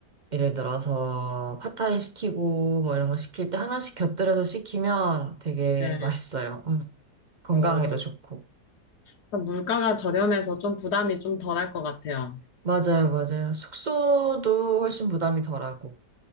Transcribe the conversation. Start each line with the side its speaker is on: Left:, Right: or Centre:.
Right: 예를 들어서 팟타이 시키고 뭐 이런 거 시킬 때 하나씩 곁들여서 시키면 되게
Left: 네.
Right: 맛있어요. 음. 건강에도
Left: 어,
Right: 좋고.
Left: 일단 물가가 저렴해서 좀 부담이 좀 덜할 것 같아요.
Right: 맞아요, 맞아요. 숙소도 훨씬 부담이 덜하고.